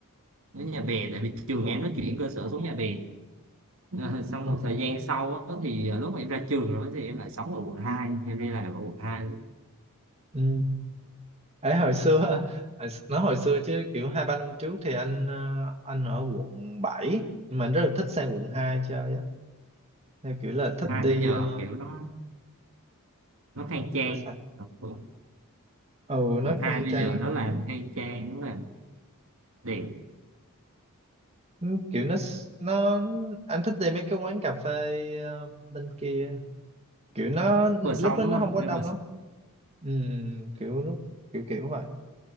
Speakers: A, on the right (about 65°); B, on the right (about 30°).
A: đến Nhà Bè tại vì trường em nó chuyển cơ sở xuống Nhà Bè À, xong
B: ừ.
A: một thời gian sau á, thì à, lúc mà em ra trường rồi thì em lại sống ở quận hai, em đi làm ở quận 2. lúc
B: ừ. ấy hồi xưa hồi nói hồi xưa chứ kiểu hai ba năm trước thì anh ờ, anh ở quận 7 nhưng mà anh rất là thích sang quận 2 chơi á theo kiểu là thích
A: hai
B: đi
A: bây giờ
B: ờ,
A: kiểu nó nó khang trang
B: nó sao
A: quận
B: ừ nó
A: quận hai
B: khang
A: bây
B: trang
A: giờ nó
B: quá.
A: làm khang trang nó làm đẹp
B: Ừ, kiểu nó s- nó anh thích đi mấy cái quán cà phê ờ, bên kia kiểu nó lúc
A: vừa xong
B: đó
A: đúng
B: nó
A: không
B: không có
A: nên
B: đông lắm Ừm, kiểu lúc kiểu kiểu vậy